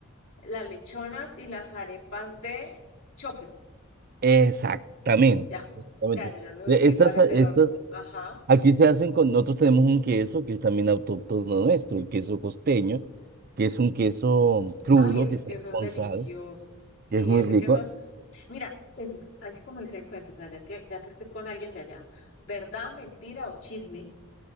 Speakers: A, on the left; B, on the right.
A: las lechonas y las arepas de choclo.
B: Exactamente.
A: Ya,
B: Exactamente.
A: ya, ya, ya me ubiqué
B: E, Estas,
A: cuál es
B: estas,
A: el horno. Ajá.
B: Aquí se hacen con, nosotros tenemos un queso que es también autóctono nuestro, el queso costeño, que es un queso crudo
A: Ay, ese
B: que está
A: queso
B: hace con
A: es delicioso.
B: sal,
A: Sí,
B: que es muy
A: ese
B: rico.
A: queso. Mira, es así como dice el cuento, o sea, ya que, ya que estoy con alguien de allá, verdad, mentira o chisme,